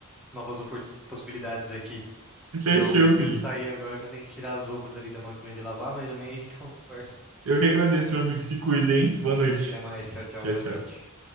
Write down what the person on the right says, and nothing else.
<laughs> Fechou,
Vi.
Eu que agradeço, meu amigo, se cuida, hein? Boa noite.
Tchau,
tchau.